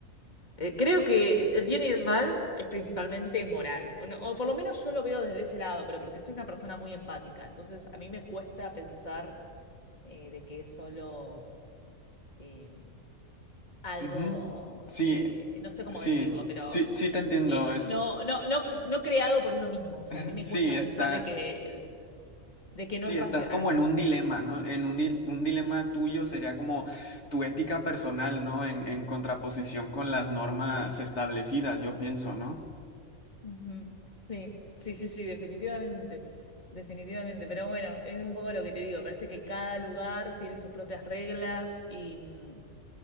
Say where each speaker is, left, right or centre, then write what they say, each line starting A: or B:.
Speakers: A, on the left; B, on the left.
A: eh, creo que es- el bien y el mal es principalmente moral, o, no- o por lo menos yo lo veo desde ese lado, pero porque soy una persona muy empática, entonces a mí me cuesta pensar eh, de que es solo eh, algo,
B: Ujú. Sí,
A: eh, no sé cómo
B: sí,
A: decirlo, pero
B: sí, sí te entiendo.
A: eh,
B: Es,
A: no, no, no, no creado por uno mismo, o sea,
B: <clears throat>
A: a mí me
B: sí,
A: cuesta pensar
B: estás,
A: de que, de que
B: sí,
A: no es racional.
B: estás como en un dilema, ¿no? En un, dil- un dilema tuyo sería como tu ética personal, ¿no? En, en contraposición con las normas establecidas, yo pienso, ¿no?
A: Ujú. Sí, sí, sí, sí, definitivamente, definitivamente. Pero bueno, es un poco lo que te digo. Parece que cada lugar tiene sus propias reglas y mm,